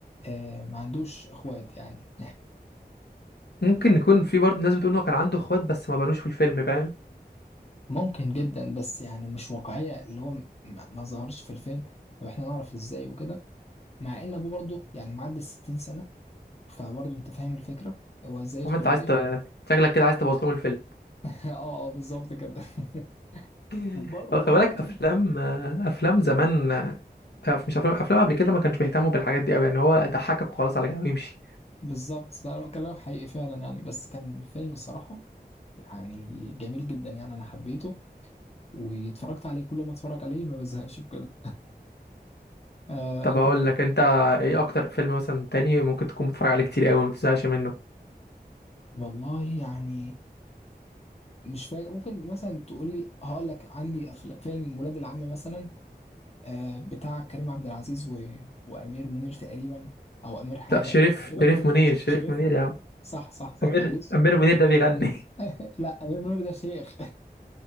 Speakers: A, on the left; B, on the left.
A: آه ما عندوش اخوات يعني
B: ممكن يكون في برضه ناس بتقول انه كان عنده اخوات بس ما بانوش في الفيلم فاهم
A: ممكن جدا بس يعني مش واقعية اللي هو م- ما ما ظهرش في الفيلم طب احنا نعرف ازاي وكده مع ان ابوه برضه يعني معدي الستين سنة فبرضه انت فاهم الفكرة هو ازاي يدخل
B: عم انت
A: الجيش
B: عايز ت... شكلك كده عايز تبوظ لهم الفيلم
A: <laughs> اه اه بالظبط كده <laughs>
B: <laughs>
A: وبر- وبرضه
B: هو خلي بالك افلام افلام زمان آه، مش افلام افلام قبل كده ما كانش بيهتموا بالحاجات دي قوي يعني هو ضحكك وخلاص على كده ويمشي
A: بالظبط ده انا كلامك حقيقي فعلا يعني بس كان الفيلم الصراحة يعني جميل جدا يعني انا حبيته واتفرجت عليه كل ما اتفرج عليه ما بزهقش بكده آه
B: طب
A: انت
B: اقول لك انت ايه اكتر فيلم مثلا تاني ممكن تكون بتتفرج عليه كتير قوي ما بتزهقش منه
A: والله يعني مش فاكر ممكن مثلا تقول لي هقول لك عندي أفلا- فيلم ولاد العم مثلا آه، بتاع كريم عبد العزيز و... وامير منير تقريبا او امير حاجه
B: لا شريف
A: شريف
B: شريف
A: منير
B: منير
A: ش-
B: شريف
A: شريف
B: منير
A: منير
B: يا عم
A: صح صح صح
B: امير
A: معلش
B: امير منير ده بيغني
A: <laughs> لا امير منير ده شيخ